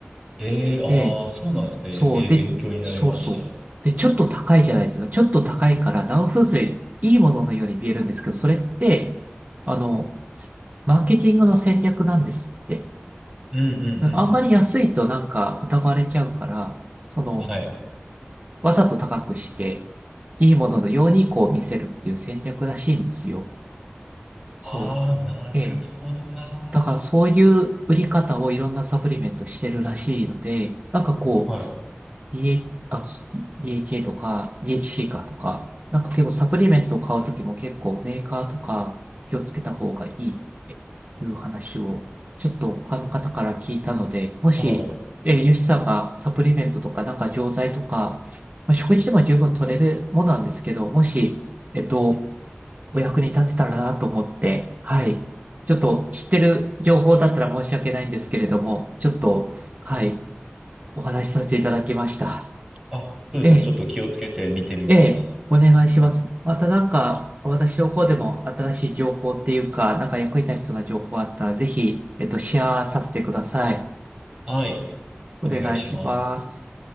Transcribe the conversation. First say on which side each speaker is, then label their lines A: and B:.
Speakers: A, on the right; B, on the right.
A: ええーああ、
B: ええ
A: そうなんですね。
B: そう、
A: ええ勉強になりました。
B: で、そうそう。
A: う
B: で、ちょっと高いじゃないですか。ちょっと高いから、ダウン風水、いいもののように見えるんですけど、それって、あの、マーケティングの戦略なんですって。
A: んうんうんうんうん。
B: うんあんまり安いとなんか疑われちゃうから、その、
A: はい。
B: わざと高くして、いいもののようにこう見せるっていう戦略らしいんですよ。そう。
A: ああ、なるほどな
B: ええ。だからそういう売り方をいろんなサプリメントしてるらしいので、なんかこう、
A: ー。はい。
B: DH、あ、し a とか、DHC かとか、なんか結構サプリメントを買うときも結構メーカーとか気をつけた方がいいっていう話をちょっと他の方から聞いたので、もし、
A: はい。
B: えヨシさんがサプリメントとかなんか錠剤とか、まあ、食事でも十分取れるものなんですけど、もし、えっと、お役に立てたらなと思って、はい。ちょっと知ってる情報だったら申し訳ないんですけれども、ちょっと、はい、お話しさせていただきました。
A: あ、そうですね。
B: ええ
A: ちょっと気をつけて見てみます。
B: ええ、お願いします。またなんか、私の方でも新しい情報っていうか、なんか役に立ちそうな情報あったら、ぜひ、えっと、シェアさせてください。
A: はい。
B: お願いします。
A: お願いします。